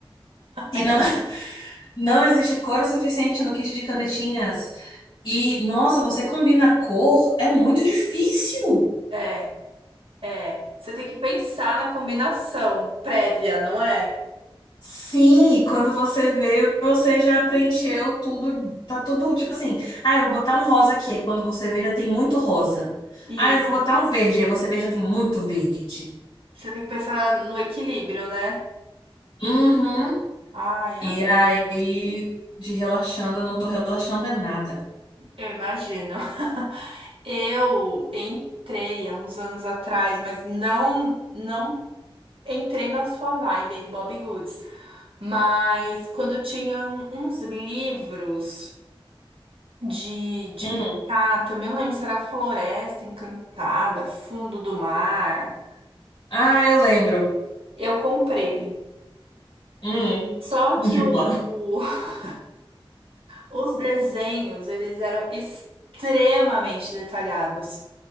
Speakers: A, on the left; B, on the right.
A: E
B: Ai,
A: não, <laughs> não existe cor o suficiente no kit de canetinhas. E, nossa, você combina cor, é muito difícil.
B: É, é. Você tem que pensar na combinação prévia, não é?
A: Sim, e quando você vê, você já preencheu tudo, tá tudo tipo assim, ah, eu vou botar um rosa aqui, aí quando você vê já tem muito rosa.
B: E
A: Ah, eu vou botar um verde, aí você vê já tem muito verde.
B: você tem que pensar no equilíbrio, né?
A: Uhum.
B: Ai, am-
A: E aí, de relaxando, eu não tô relaxando é nada.
B: eu imagino. <laughs> Eu entrei há uns anos atrás, mas não não entrei na sua vibe aí do Bobbie Goods. Mas quando tinham uns livros. de, de
A: Hum.
B: pintar. Também não lembro se era Floresta Encantada, Fundo do Mar.
A: Ah, eu lembro.
B: Eu comprei.
A: Hum.
B: Só que
A: <laughs>
B: o-
A: Lá.
B: <laughs> os desenhos, eles eram extremamente detalhados.